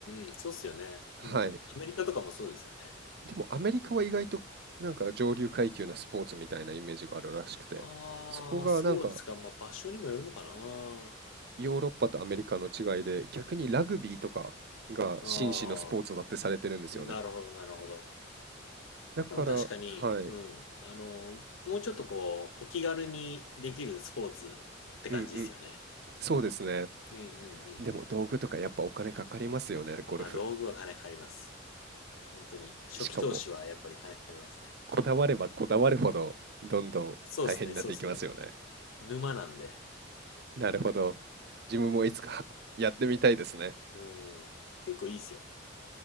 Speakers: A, on the left; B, on the right.
A: うん。そうっすよね。
B: はい。
A: うん。アメリカとかもそうですよね。
B: でもアメリカは意外となんか上流階級のスポーツみたいなイメージがあるらしくて、
A: ああ、
B: そこがなんか
A: そうですか。まあ場所にもよるのかな。
B: ヨーロッパとアメリカの違いで、逆にラグビーとかが紳士のスポーツだってされてるんですよね。
A: ああ、なるほど、なるほど。
B: だから、
A: なんか確かに、
B: はい。
A: うん、あの、もうちょっとこう、お気軽にできるスポーツって感じですよね。
B: うんうん。そうですね。
A: うんうんう
B: でも道具とかやっぱお金かかりますよね、
A: ん。
B: ゴルフ。
A: まあ、道具は金かかります。本当に。初期投資はやっぱり金かかりますね。
B: しかもこだわればこだわるほど、どんどん大変になっていきますよね。
A: そうですね、そうですね。沼なんで。
B: なるほど。自分もいつかやってみたいですね。
A: うん。結構いいですよ。